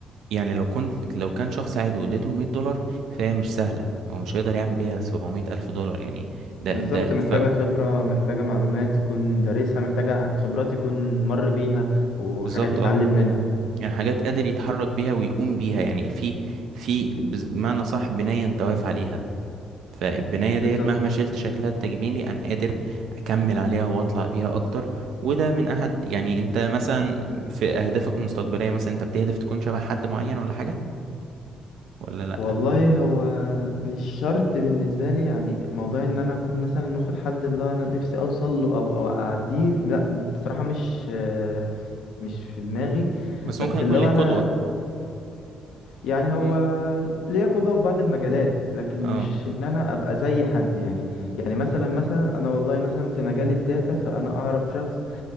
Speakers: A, on the right; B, on the left.
A: يعني لو كنت لو كان شخص عادي واديته المية دولار فهي مش سهلة هو مش هيقدر يعمل بيها سبعمية ألف دولار يعني ده
B: بالظبط
A: ده ف
B: محتاجة خبرة محتاجة معلومات يكون دارسها محتاجة خبرات يكون مر بيها وحاجات
A: بالظبط
B: يتعلم
A: اه
B: منها
A: يعني حاجات قادر يتحرك بيها ويقوم بيها يعني في في بز- بمعنى صح بناية انت واقف عليها فالبناية ديت
B: بالظبط
A: مهما شلت شكلها التجميلي أنا قادر أكمل عليها وأطلع بيها أكتر وده من أحد يعني أنت مثلا في أهدافك المستقبلية مثلا أنت بتهدف تكون شبه حد معين ولا حاجة ولا لأ
B: والله هو مش شرط بالنسبة لي يعني موضوع ان انا اكون مثلا واخد حد اللي هو انا نفسي اوصل له او او اعديه لا ب- بصراحة مش آه، مش في دماغي
A: بس
B: بس
A: ممكن يكون
B: اللي
A: ليك
B: هو انا
A: قدوة
B: يعني
A: مم.
B: هو ليا قدوة في بعض المجالات لكن
A: اه
B: مش ان انا ابقى زي حد يعني يعني مثلا مثلا انا والله مثلا في مجال الداتا فانا اعرف شخص